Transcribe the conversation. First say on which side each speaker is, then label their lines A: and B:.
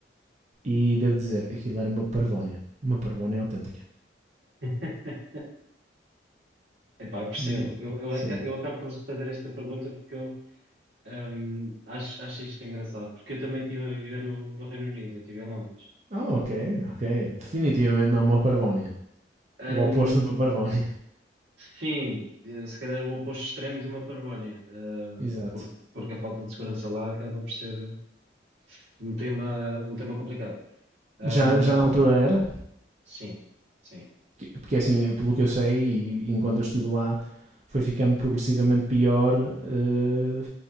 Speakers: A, on the right; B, on the right.
A: E devo dizer, aquilo era uma parvónia. Uma parvónia autêntica.
B: <laughs> Epá, eu percebo.
A: Hum,
B: Eu, eu,
A: Sim.
B: aca- eu acabo por fazer esta pergunta porque eu hum, acho, acho isto engraçado, porque eu também estive a viver no, no Reino Unido, eu estive em Londres.
A: Ah, ok, ok. Definitivamente não uma parvónia.
B: Hum,
A: O oposto de uma parvónia.
B: Sim, eh, se calhar o oposto extremo de uma parvónia, eh,
A: <laughs> Exato.
B: por- porque, a falta de segurança lá acaba por ser um tema, um tema complicado. Ahm,
A: Já, já na altura era?
B: sim, sim.
A: Que- Porque assim, pelo que eu sei, e enquanto eu estive lá, foi ficando progressivamente pior. eh,